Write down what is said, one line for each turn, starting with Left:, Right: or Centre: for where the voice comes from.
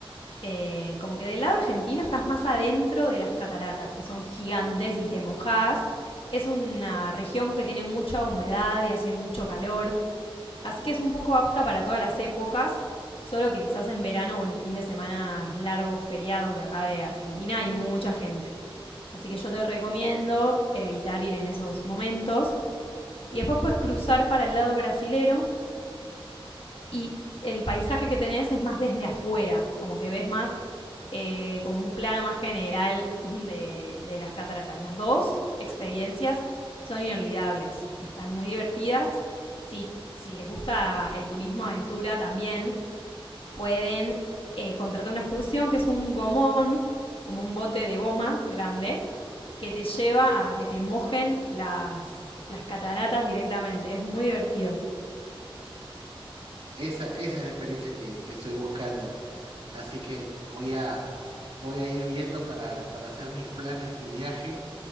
Left: eh, como que del lado argentino estás más adentro de las cataratas, que son gigantes y te mojás. Es una región que tiene mucha humedad y hace mucho calor, así que es un poco apta para todas las épocas, solo que quizás en verano o en fin de semana largos feriados de acá de Argentina hay mucha gente. Así que yo te recomiendo evitar ir en esos momentos. Y después puedes cruzar para el lado brasilero, y el paisaje que tenés es más desde afuera, como que ves más eh, como un plano más general de, de las cataratas. Las dos experiencias son inolvidables, están muy divertidas. Si, si les gusta el turismo aventura también, pueden eh, contratar una excursión que es un gomón, como un bote de goma grande, que te lleva a que te mojen las, las cataratas directamente. Es muy divertido.
Right: esa, esa es la experiencia que, que estoy buscando. Así que voy a, voy a ir viendo para, para hacer mis planes de viaje